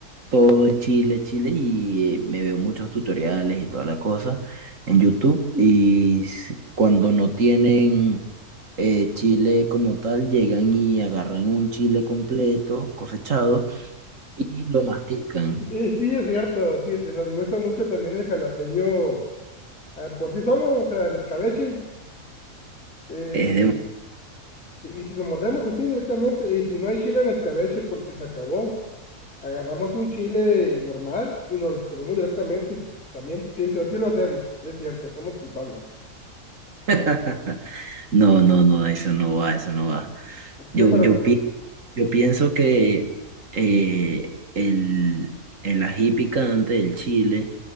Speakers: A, on the right; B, on the left.
A: todo es Chile, Chile, y eh, me veo muchos tutoriales y toda la cosa en YouTube. Y s- cuando no tienen eh, Chile como tal, llegan y agarran un Chile completo, cosechado, y lo mastican.
B: Y sí, es cierto, sí, te- nos gusta mucho también el jalapeño ah, por sí solo, o sea, en escabeche. eh,
A: Es
B: y si lo mordemos así directamente, y si no hay chile en escabeche porque se acabó, agarramos un chile normal y nos los comemos directamente. También, sí, sí, así lo hacemos, es cierto, somos culpables.
A: <laughs> No, no, no, eso no va, eso no va.
B: Es que,
A: Yo,
B: para,
A: yo, pi- yo pienso que eh, el, el ají picante del chile